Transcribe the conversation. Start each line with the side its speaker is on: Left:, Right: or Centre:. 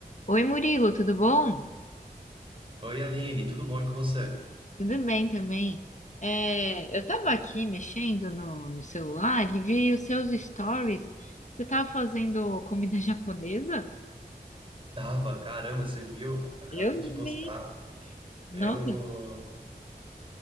Left: Oi, Murilo, tudo bom?
Right: Oi, Aline, tudo bom e com você?
Left: Tudo bem também. É, eu estava aqui mexendo no, no celular e vi os seus stories. Você estava fazendo comida <laughs> japonesa?
Right: Tava, caramba, você viu? Acabei
Left: Eu
Right: de postar.
Left: vi. Nossa,
Right: Eu